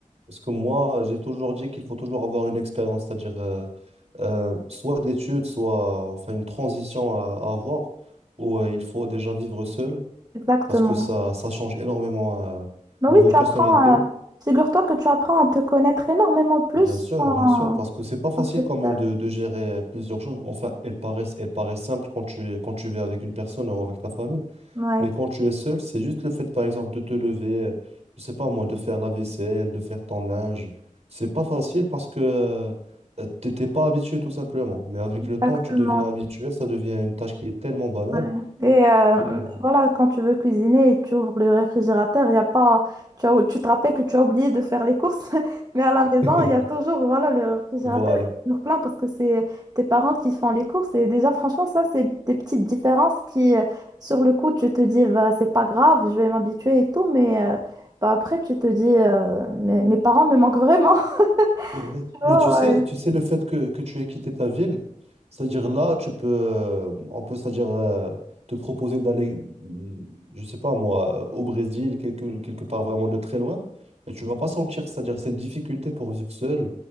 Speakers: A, on the right; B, on the right.
A: Parce que moi, j'ai toujours dit qu'il faut toujours avoir une expérience, c'est-à-dire euh, euh, soit d'études, soit enfin une transition à, à avoir, où euh, il faut déjà vivre seul,
B: exactement.
A: parce que ça, ça change énormément euh,
B: Bah
A: niveau
B: oui, tu
A: personnalité.
B: apprends, euh, figure-toi que tu apprends à te connaître énormément plus
A: Bien sûr,
B: en,
A: bien sûr, parce que c'est pas facile
B: en fait,
A: quand même
B: euh,
A: de, de gérer euh, plusieurs choses. Enfin, elles paraissent, elles paraissent simples quand tu, es- quand tu vis avec une personne ou avec ta famille.
B: ouais,
A: Mais quand tu es seul, c'est juste le fait, par exemple, de te lever, euh, je sais pas moi, de faire la vaisselle, de faire ton linge. C'est pas facile parce que tu t'étais pas habitué tout simplement. Mais avec
B: exactement.
A: le temps, tu deviens habitué, ça devient une tâche qui est tellement banale.
B: Ouais. Et euh,
A: Et euh,
B: voilà, quand tu veux cuisiner et tu ouvres le réfrigérateur, il y a pas, tu as- tu te rappelles que tu as oublié de faire les courses, <laughs> mais à la maison,
A: <laughs>
B: il y a toujours, voilà, le réfrigérateur
A: voilà.
B: est toujours plein parce que c'est tes parents qui font les courses. Et déjà, franchement, ça, c'est des petites différences qui, euh, sur le coup, tu te dis, bah, c'est pas grave, je vais m'habituer et tout, mais euh, bah, après, tu te dis, euh, mes, mes parents me manquent vraiment. <laughs>
A: C'est vrai.
B: Oh,
A: Mais tu sais,
B: ouais.
A: tu sais le fait que, que tu aies quitté ta ville, c'est-à-dire là, tu peux, euh, on peut, c'est-à-dire euh, te proposer d'aller, mm, je sais pas moi, au Brésil, quelque, quelque part vraiment de très loin, et tu vas pas sentir, c'est-à-dire cette difficulté pour vivre seul